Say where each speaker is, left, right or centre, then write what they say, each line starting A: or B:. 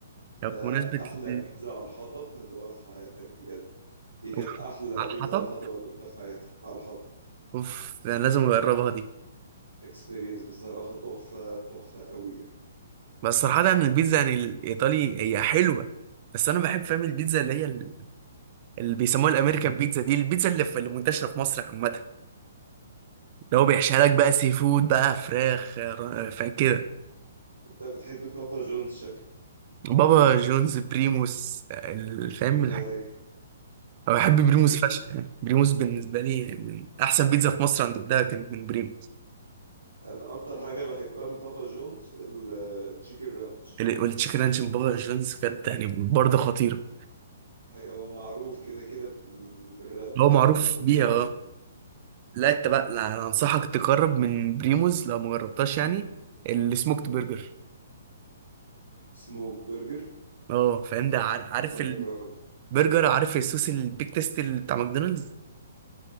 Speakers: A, on the right; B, on the right.
A: ده
B: طب بمناسبه
A: احلى
B: ال-
A: بيتزا على الحطب هتدوقها في حياتك بجد دي كانت
B: أوف.
A: احلى
B: على
A: بيتزا
B: الحطب
A: على الحطب هتدوقها في حياتي على الحطب
B: اوف ده أنا لازم اجربها دي
A: اكسبيرينس بصراحه تحفه تحفه قوي يعني
B: بس صراحه يعني البيتزا يعني الايطالي هي حلوه بس انا بحب فاهم البيتزا اللي هي ال- اللي بيسموها الامريكان بيتزا دي البيتزا اللي, في اللي منتشره في مصر عامه اللي هو بيحشيها لك بقى سي فود بقى فراخ آه، فاهم كده
A: انت بتحب بابا جونز شكلك
B: بابا جونز بريموس آه، فاهم
A: اي
B: أنا بحب بريموس
A: بريموز
B: فشخ يعني بريموس بالنسبة لي من أحسن بيتزا في مصر أنا دوقتها كانت من بريموس
A: انا اكتر حاجه بحبها من بابا جونز التشيكن رانش
B: ال- والتشيكن رانش من بابا جونز كانت يعني برضه خطيرة
A: هو معروف كده كده بال- بالرانش
B: هو معروف
A: يعني
B: بيها أه لا أنت بقى لا أنا أنصحك تجرب من بريموس لو ما جربتهاش يعني السموكت برجر
A: سموك برجر
B: أه فاهم ده عار- عارف
A: اجربه
B: البرجر عارف الصوص البيك تيست اللي بتاع ماكدونالدز